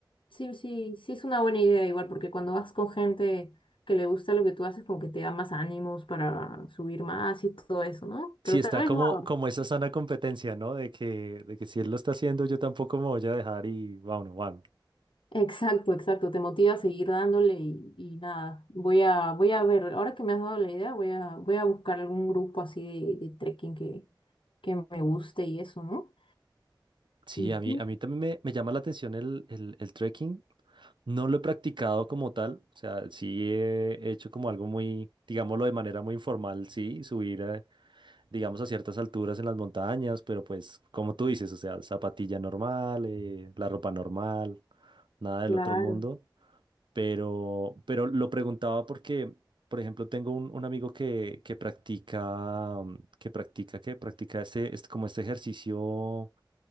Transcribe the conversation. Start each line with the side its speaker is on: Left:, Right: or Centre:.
Left: Sí, sí, sí es una buena idea igual, porque cuando vas con gente que le gusta lo que tú haces, como que te da más ánimos para subir más y todo eso, ¿no? Pero
Right: Sí, está
Left: tal vez
Right: como,
Left: lo haga.
Right: como esa sana competencia, ¿no? De que, de que si él lo está haciendo, yo tampoco me voy a dejar y bueno, bueno.
Left: Exacto, exacto, te motiva a seguir dándole y, y nada, voy a, voy a ver, ahora que me has dado la idea, voy a, voy a buscar algún grupo así de, de trekking que, que me guste y eso, ¿no?
Right: Sí,
Left: Ujú,
Right: a mí, a mí también me, me llama la atención el, el, el trekking. No lo he practicado como tal, o sea, sí he hecho como algo muy, digámoslo de manera muy informal, sí, subir, eh, digamos, a ciertas alturas en las montañas, pero pues, como tú dices, o sea, zapatilla normal, eh, la ropa normal, nada
Left: claro.
Right: del otro mundo. Pero, pero lo preguntaba porque, por ejemplo, tengo un, un amigo que, que practica, mm, que practica, que practica este, este- como este ejercicio,